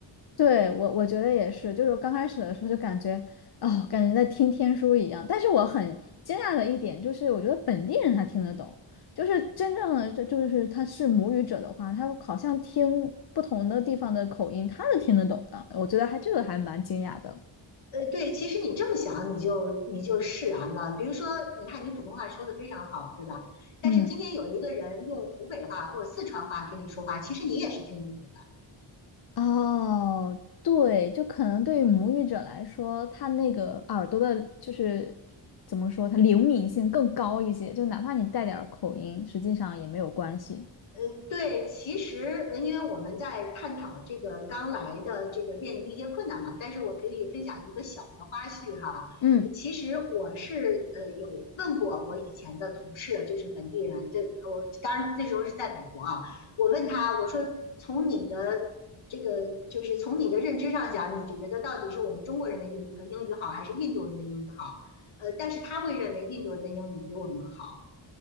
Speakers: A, on the left; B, on the left.
A: 对，我我觉得也是，就是刚开始的时候就感觉，哦，感觉在听天书一样。但是我很惊讶的一点就是，我觉得本地人他听得懂，就是真正的这就是他是母语者的话，他好像听不同的地方的口音，他是听得懂的。我觉得还这个还蛮惊讶的。
B: 呃，对，其实你这么想，你就你就释然了。比如说，你看你普通话说的非常好，对吧？但是今天有一个人用湖北话或者四川话跟你说话，
A: 嗯，
B: 其实你也是听不懂。
A: 哦，对，就可能对于母语者来说，他那个耳朵的，就是怎么说，他灵敏性更高一些，就哪怕你带点儿口音，实际上也没有关系。
B: 呃，对，其实呃因为我们在探讨这个刚来的这个面临的一些困难嘛，但是我可以分享一个小的花絮哈。呃
A: 嗯。
B: 其实我是呃有问过我以前的同事，就是本地人，这我当然那时候是在美国啊，我问他，我说从你的这个就是从你的认知上讲，你觉得到底是我们中国人的英呃英语好，还是印度人的英语好？呃，但是他会认为印度人的英语比我们好。